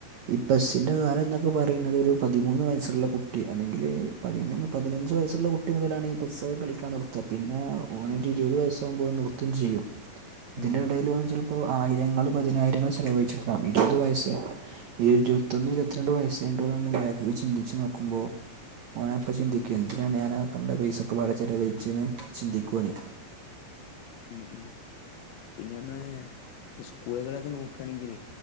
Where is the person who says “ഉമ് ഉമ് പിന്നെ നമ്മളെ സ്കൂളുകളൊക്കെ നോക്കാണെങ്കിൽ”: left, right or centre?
Left